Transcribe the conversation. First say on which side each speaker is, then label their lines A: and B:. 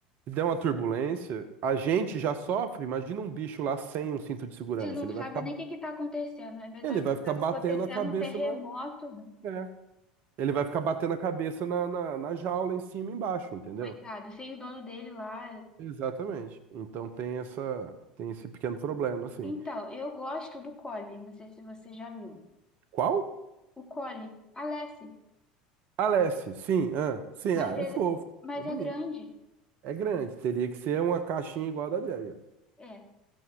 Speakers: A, on the right; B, on the left.
A: se der uma turbulência, a gente já sofre. Imagina um bicho lá sem um cinto de segurança.
B: Você não
A: Ele
B: sabe
A: vai ficar,
B: nem o que que tá acontecendo, né? Tá
A: ele
B: tá
A: vai ficar batendo
B: acontecendo
A: a cabeça
B: um terremoto, <laughs> né?
A: É. Ele vai ficar batendo a cabeça na, na, na jaula em cima e embaixo, entendeu?
B: coitado, sem o dono dele lá.
A: Exatamente. Então tem essa tem esse pequeno problema, assim.
B: Então, eu gosto do Collie, não sei se você já viu.
A: Qual?
B: O Cole, Aleph,
A: Alessi, sim, ah, sim,
B: mas
A: ah, é
B: é,
A: fofo,
B: mas
A: é bonito.
B: é grande.
A: É grande, teria que ser uma caixinha igual a da Jagger.
B: É.